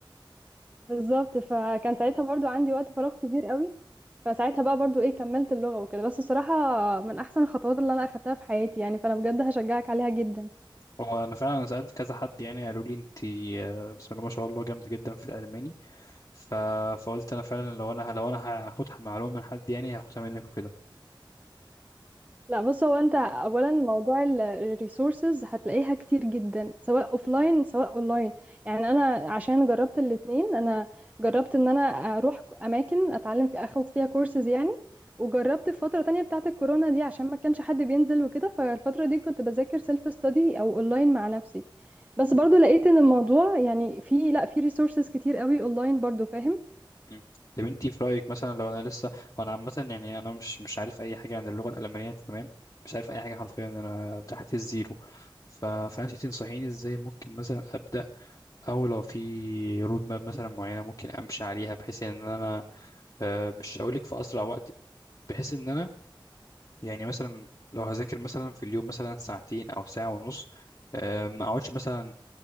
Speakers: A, on the right; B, on the left.
A: بالظبط فكان ساعتها برضو عندي وقت فراغ كبير قوي فساعتها بقى برضو ايه كملت اللغة وكده بس الصراحة من احسن الخطوات اللي انا اخدتها في حياتي يعني فانا بجد هشجعك عليها جدا
B: هو انا فعلا انا سالت كذا حد يعني قالوا لي انت آه، بسم الله ما شاء الله جامده جدا في الالماني ف... فقلت انا فعلا لو انا لو انا هاخد معلومه من حد يعني هاخدها منك وكده
A: لا بص هو انت اولا موضوع الريسورسز هتلاقيها كتير جدا سواء اوفلاين سواء اونلاين يعني انا عشان جربت الاتنين انا جربت ان انا اروح اماكن اتعلم في اخد فيها كورسز يعني وجربت في فترة تانية بتاعة الكورونا دي عشان ما كانش حد بينزل وكده فالفترة دي كنت بذاكر سيلف ستادي او اونلاين مع نفسي بس برضو لقيت ان الموضوع يعني في لا في ريسورسز كتير قوي اونلاين برضو فاهم
B: مم. طب انت في رايك مثلا لو انا لسه وانا عامه يعني انا مش مش عارف اي حاجه عن اللغه الالمانيه تمام مش عارف اي حاجه حرفيا انا تحت الزيرو ف... فانت تنصحيني ازاي ممكن مثلا ابدا او لو في رود ماب مثلا معينه ممكن امشي عليها بحيث ان انا آه، مش هقول لك في اسرع وقت بحيث ان انا يعني مثلا لو هذاكر مثلا في اليوم مثلا ساعتين او ساعه ونص آه، ما اقعدش مثلا